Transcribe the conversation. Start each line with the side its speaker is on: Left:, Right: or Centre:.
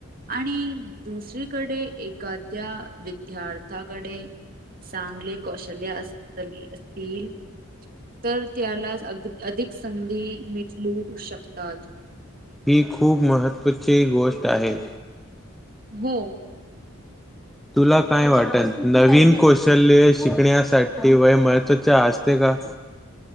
Right: आणि दुसरीकडे एखाद्या विद्यार्थ्याकडे चांगले कौशल्य अस असतील तर त्याला अ अधिक संधी मिटलू शकतात
Centre: ही खूप महत्त्वाची गोष्ट आहे
Right: हो
Centre: तुला काय वाटेल नवीन कौशल्ये शिकण्यासाठी वय महत्त्वाचे असते का